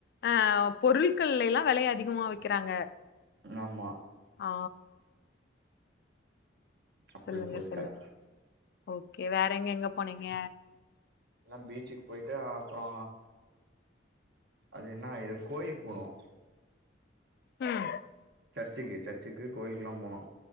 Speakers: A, on the left (about 60°); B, on the right (about 65°).
A: ஆ பொருட்கள்ல எல்லா வெலைய அதிகமா வெக்கிறாங்க
B: ஆமா
A: ஆ
B: அப்டி
A: சொல்லுங்க
B: போது
A: சொல்லுங்
B: கத
A: ஓகே வேற எங்க எங்க போனீங்க
B: எல்லா பீச்சுக்கு போய்ட்டு அப்பறோ அது என்ன இட கோயிலுக் போனோ
A: ம்
B: சர்ச்சுக்கு சர்ச்சுக்கு கோயிலுக்கெல்லா போனோ